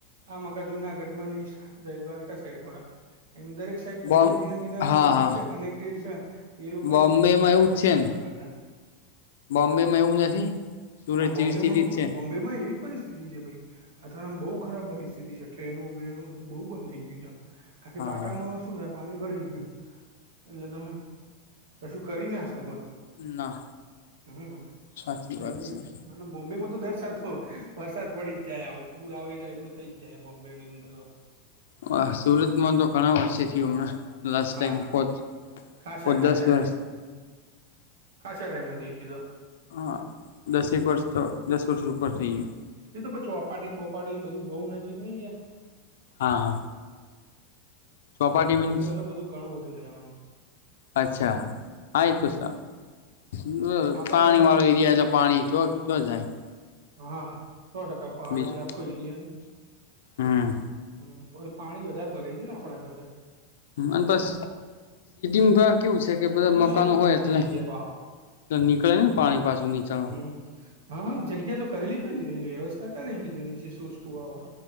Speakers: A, on the right; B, on the left.
A: આમ આખા જુનાગઢમાં ને ઈ સાઇડ દ્વારકા સાઈડ પડે એમ દરેક એક સાઈડ દરિયા
B: બો
A: જીને જીને
B: હા
A: નજીક
B: હા
A: છે કનેક્ટેડ છે એ લોકો
B: બોમ્બે
A: ને વરસાદ
B: માં
A: વધારે
B: એવું જ
A: પડે
B: છે
A: આપણા
B: ને
A: કરતા
B: બોમ્બે માં એવું નથી સુરત
A: હા બોમ્બેમાં
B: જેવી સ્થિતિ
A: ફૂલ
B: જ છે
A: બોમ્બેમાં એવી જ પરિસ્થિતિ છે ભાઈ અથ્યારે આમ બહુ ખરાબ પરિસ્થિતિ છે ટ્રેનો બ્રેનો બધું બહુ બંધ થઇ ગયું છે ખાલી
B: હા
A: પાટામાં
B: હા
A: શું હે પાણી ભરાઈ ગયું એટલે તમે કશું કરી ના શકો એમ
B: ના
A: હમ્મ
B: સાચી
A: રેલવે
B: વાત છે
A: આનમ બોમ્બે માં તો દર સાલ ફ વરસાદ પડી જ જાય આવ પુર આવે એ ટાઈપ નું થઈ જાય બોમ્બે ની અંદર તો
B: હા સુરતમાં તો ઘણા વર્ષે થયું હમણાં લાસ્ટ
A: હા
B: ટાઈમ પોચ
A: ખાસા
B: પોચ દસ
A: ખાસા
B: વર્ષ
A: ટાઈમ ખાસા ટાઈમમાં થઈ ગયું તું
B: હા દસ એક વર્ષ તો દસ વર્ષ ઉપ ઉપર થઈ ગયું
A: એ તો પછું ચોપાટી બોપાટીન બધું બહુ નજીક નહી ગયા
B: હા હા ચોપાટી મીન્સ
A: એતો એ તો બધું ઘણું બધુ રેવાનું
B: અચ્છા હા
A: હમ
B: એ તો સારું
A: આપડા
B: પાણી
A: કરતા
B: વાળું એરિયા એટલે પાણી ચો જો જાય
A: હા સો ટકા પહાડી
B: બીજું
A: આખો એરિયા ની
B: હમ
A: હમ્મ પણ પાણી વધારે ભરાય છે ને આપણા કરતા
B: મન પસ <unintelligible> કેવું છે કે બધા
A: તો બધું
B: મકાનો
A: સેલિબ્રિટી
B: હોય એટલે
A: એરિયા ભાવ
B: નીકળે ને પાણી પાછું નીચળવા
A: હમ હા હા જગ્યા તો કરી લી જ હોય ને વ્યવસ્થા કરીલી જ હોય નીચે સોશક વાવા